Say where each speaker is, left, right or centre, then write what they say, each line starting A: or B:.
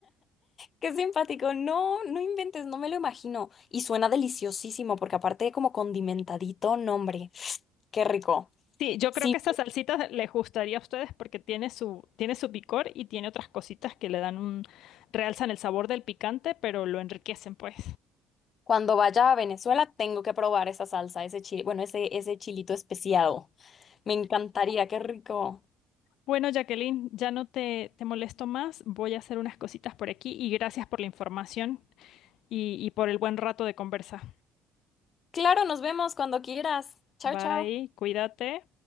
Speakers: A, on the left (about 45°); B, on the left (about 75°).
A: Qué simpático. No, no inventes, no me lo imagino. Y suena deliciosísimo, porque aparte de como condimentadito, nombre. Qué rico.
B: Sí, yo
A: Sí,
B: creo que esta salsita les gustaría a ustedes porque tiene su, tiene su picor y tiene otras cositas que le dan un, realzan el sabor del picante, pero lo enriquecen, pues.
A: cuando vaya a Venezuela tengo que probar esa salsa, ese chile, bueno, ese, ese chilito especiado. Me encantaría, qué rico.
B: Bueno, Jacqueline, ya no te, te molesto más. Voy a hacer unas cositas por aquí y gracias por la información y, y por el buen rato de conversa.
A: Claro, nos vemos cuando quieras. Chao,
B: Bye,
A: chao.
B: cuídate.